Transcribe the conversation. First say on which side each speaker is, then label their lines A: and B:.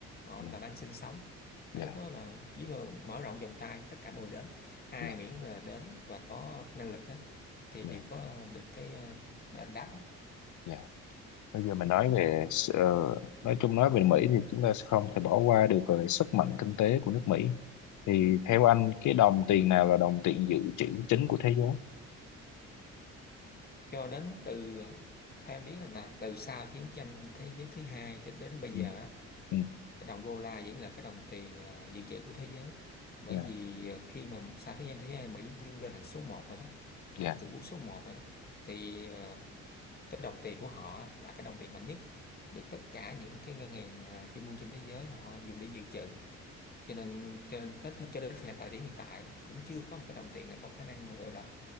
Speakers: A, on the left; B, on the left.
A: họ
B: dạ
A: làm ăn sinh sống
B: dạ
A: tại lúc đó là giống như mở rộng vòng tay với tất cả mọi người đến ai
B: dạ
A: miễn là đến và có năng lực đó thì
B: dạ
A: đều có được cái ờ, đền đáp hết
B: dạ. bây giờ mình nói về s- ờ, nói chung nói về Mỹ thì chúng ta sẽ không thể bỏ qua được về sức mạnh kinh tế của nước Mỹ thì theo anh cái đồng tiền nào là đồng tiền dự trữ chính của thế giới
A: cho đến từ ờ, theo em biết là, là từ sau chiến tranh thế giới thứ hai cho đến bây
B: ừ
A: giờ á,
B: ừ
A: cái đồng đô la vẫn là cái đồng tiền à, dự trữ của thế giới bởi
B: dạ
A: vì à, khi mà sau thế giới thế giới Mỹ vươn lên thành số một rồi đó thành
B: dạ
A: cường quốc số một rồi đó thì à, cái đồng tiền của họ là cái đồng tiền mạnh nhất được tất cả những cái ngân hàng à, trung ương trên thế giới họ dùng để dự trữ cho nên cho nên đến cho đến hiện tại điểm hiện tại cũng chưa có một cái đồng tiền nào có khả năng mà gọi là